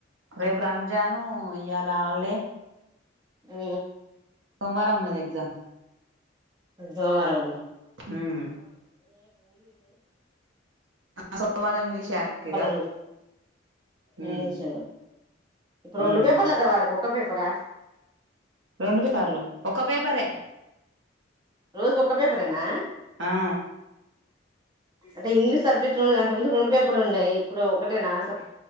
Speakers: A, on the right (about 70°); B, on the right (about 20°).
A: రేపు రంజాను ఇయలా హాలీడే
B: ఉ
A: సోమవారం ఉన్నది ఎగ్జామ్
B: సోమవారం ఉంది
A: ఉమ్ ఆ సోమవారం ఇంగ్లీషే అక్కిగ
B: రోజు
A: ఉమ్
B: ఇంగ్లీష్ రెండు
A: ఉమ్
B: పేపర్లా కావళకి ఒక పేపరా
A: రెండు పేపర్లు ఒక పేపరే
B: రోజు ఒక్కపేపరేనా
A: ఆ
B: అంటే ఇంగ్లీష్ సబ్జెక్ట్ అంత ముందు రెండు పేపర్లు ఉన్నాయి. ఇప్పుడు ఒకటే అంటున్న